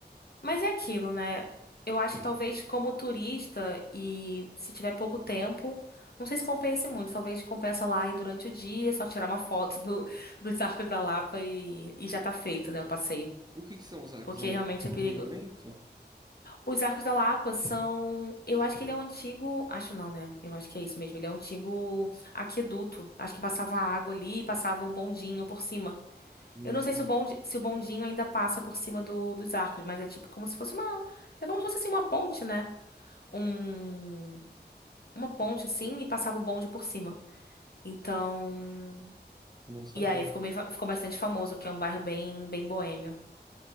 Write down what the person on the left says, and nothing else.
Mas é aquilo, né? Eu acho que talvez como turista e se tiver pouco tempo, não sei se compense muito. Talvez compensa lá e durante o dia, só tirar uma foto do- dos Arcos da Lapa e, e já tá feito, né, o passeio.
Porque
realmente
é perigo.
Os Arcos da Lapa são. Eu acho que ele é um antigo. Acho não, né? Eu acho que é isso mesmo. Ele é um antigo aqueduto. Acho que passava água ali e passava um bondinho por cima.
Eu não sei se o bonde, se o bondinho ainda passa por cima do, dos arcos, mas é tipo como se fosse uma. É como se fosse assim, uma ponte, né? Um, uma ponte assim e passava o bonde por cima. Então.
E aí ficou, meio fa- ficou bastante famoso, porque é um bairro bem, bem boêmio.